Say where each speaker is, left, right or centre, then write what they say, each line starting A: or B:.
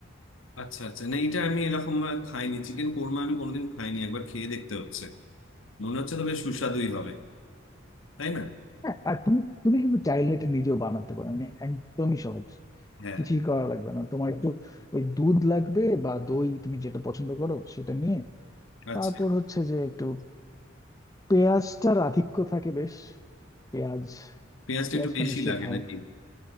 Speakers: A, on the left (about 75°); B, on the left (about 15°).
A: আচ্ছা আচ্ছা না এটা আমি এরকম ভাবে খাইনি চিকেন কোরমা আমি কোনোদিন খাইনি একবার খেয়ে দেখতে হচ্ছে মনে হচ্ছে তো বেশ সুস্বাদুই হবে তাই না
B: হ্যাঁ আর তুমি তুমি কিন্তু চাইলে এটা নিজেও বানাতে পারো মানে একদমই সহজ
A: হ্যাঁ
B: কিছুই করা লাগবে না তোমার একটু ওই দুধ লাগবে বা দই তুমি যেটা পছন্দ করো সেটা নিয়ে
A: আচ্ছা
B: তারপর হচ্ছে যে একটু পেঁয়াজটার আধিক্য থাকে বেশ পেঁয়াজ
A: পেঁয়াজটা
B: পেঁয়াজ
A: একটু বেশি
B: তো নিশ্চয়ই
A: লাগে
B: খাও
A: নাকি